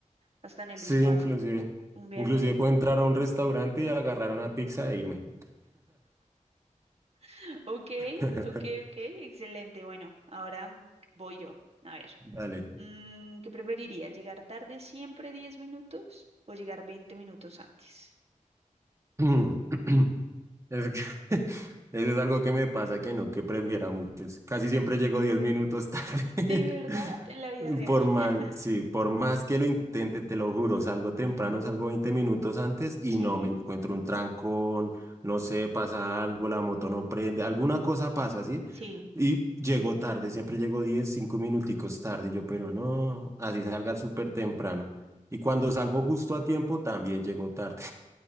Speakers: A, on the right; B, on the right.
A: hasta en el
B: Sí,
A: espacio.
B: inclusive.
A: Un viaje
B: Inclusive
A: ahí.
B: puedo entrar a un restaurante y agarrar una pizza e irme.
A: <laughs> Ok,
B: <laughs>
A: ok, ok, excelente. Bueno, ahora voy yo. A ver.
B: Dale.
A: Mm, ¿qué preferiría? ¿Llegar tarde siempre 10 minutos o llegar 20 minutos antes?
B: <clears throat> Es que <laughs> eso es algo que me pasa que no, que prefiero a muchos. Casi siempre llego 10 minutos tarde.
A: ¿De verdad? En la vida
B: <laughs>
A: real.
B: Por más,
A: <laughs>
B: sí, por más que lo intente, te lo juro, salgo temprano,
A: Ujú,
B: salgo 20 minutos antes y
A: Sí,
B: no me encuentro un trancón, no sé, pasa algo, la moto no prende, alguna cosa pasa, ¿sí?
A: sí.
B: Y llego tarde, siempre llego 10 5 minuticos tarde, y yo, pero no, así salga súper temprano. Y cuando salgo justo a tiempo, también llego tarde.